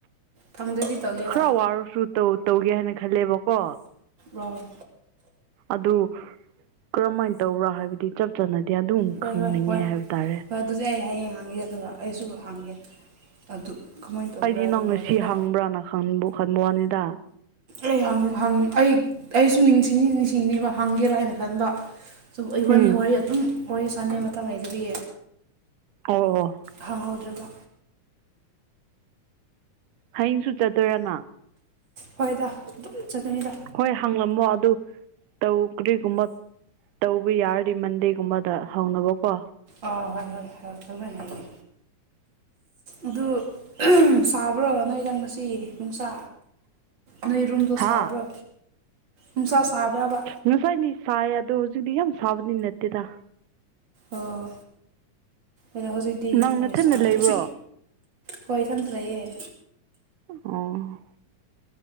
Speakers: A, on the right (about 40°); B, on the right (about 80°).
A: ꯐꯪꯗ꯭ꯔꯗꯤ ꯇꯧꯒꯦꯕ
B: ꯈꯔ ꯋꯥꯔꯁꯨ ꯇꯧꯒꯦ ꯍꯥꯏꯅ ꯈꯜꯂꯦꯕꯀꯣ
A: ꯑꯣ
B: ꯑꯗꯨ ꯀꯔꯝꯍꯥꯏꯅ ꯇꯧꯕ꯭ꯔꯥ ꯍꯥꯏꯕꯗꯤ ꯏꯆꯝ ꯆꯥꯅꯗꯤ ꯑꯗꯨꯝ
A: ꯍꯣꯏ
B: ꯈꯪꯅꯤꯡꯉꯦ
A: ꯍꯣꯏ ꯍꯣꯏ
B: ꯍꯥꯏꯕ ꯇꯥꯔꯦ
A: ꯍꯣꯏ ꯑꯗꯨꯗꯤ ꯑꯩ ꯍꯌꯦꯡ ꯍꯪꯒꯦ ꯑꯗꯨꯒ ꯑꯩꯁꯨ ꯍꯪꯒꯦ ꯑꯗꯨ ꯀꯃꯥꯏꯅ ꯇꯧꯕ꯭ꯔꯥ
B: ꯑꯩꯗꯤ ꯅꯪ
A: ꯑꯗꯨꯒꯨꯝꯕꯗꯣꯀꯣ
B: ꯉꯁꯤ ꯍꯪꯕ꯭ꯔꯥꯅꯕ ꯈꯟꯕꯨ ꯈꯟꯕ ꯋꯥꯅꯤꯗ
A: ꯑꯩ ꯍꯪ ꯍꯪ ꯑꯩ ꯑꯩꯁꯨ ꯅꯤꯡꯁꯤꯡꯉ ꯅꯤꯡꯁꯤꯡꯅꯤꯕ ꯍꯪꯒꯦꯔꯥ ꯍꯥꯏꯅ ꯈꯟꯕ ꯁꯨꯝ ꯏꯕꯅꯤ
B: ꯎꯝ
A: ꯋꯥꯔꯤ ꯑꯗꯨꯝ ꯋꯥꯔꯤ ꯁꯥꯥꯟꯅꯤꯡꯉꯥꯏ ꯃꯇꯝ ꯂꯩꯇꯕꯤ
B: ꯑꯣ ꯑꯣ
A: ꯍꯪꯍꯧꯗ꯭ꯔꯒ
B: ꯍꯌꯦꯡꯁꯨ ꯆꯠꯇꯣꯏꯔꯅ
A: ꯍꯣꯏꯗ ꯑꯗꯨꯝꯅꯆꯒꯅꯤꯗ
B: ꯍꯣꯏ ꯍꯪꯂꯝꯃꯣ ꯑꯗꯨ ꯇꯧ ꯀꯔꯤꯒꯨꯝꯕ ꯇꯧꯕ ꯌꯥꯔꯗꯤ ꯃꯟꯗꯦꯒꯨꯝꯕꯗ ꯍꯧꯅꯕꯀꯣ
A: ꯑꯣ ꯍꯣꯏ ꯍꯣꯏ ꯍꯣꯏꯣꯏ ꯈꯪꯖ ꯍꯥꯏꯒꯦ ꯑꯗꯨ ꯁꯥꯕ꯭ꯔꯣ ꯅꯣꯏꯗꯪ ꯉꯁꯤ ꯅꯨꯡꯁꯥ ꯅꯣꯏ ꯔꯨꯝ ꯣ
B: ꯍꯥ
A: ꯁꯥꯕ꯭ꯔꯥ ꯨꯝꯁꯥ ꯁꯥꯕ꯭ꯔꯕ
B: ꯉꯁꯥꯏꯅꯤꯁ ꯑꯗꯨꯣ ꯍꯧꯖꯤꯛꯗꯤ ꯌꯥꯝ ꯁꯥꯕꯗꯤ ꯅꯠꯇꯦꯗ
A: ꯑꯣ ꯑꯗꯣ ꯍꯧꯖꯤꯛꯇꯤ
B: ꯅꯪ
A: ꯍꯣꯏ
B: ꯅꯊꯟꯗ
A: ꯁꯥ
B: ꯂꯩꯕ꯭ꯔꯣ
A: ꯏ ꯍꯣꯏ ꯏ ꯆꯗ ꯂꯩꯌꯦꯦ
B: ꯎꯝ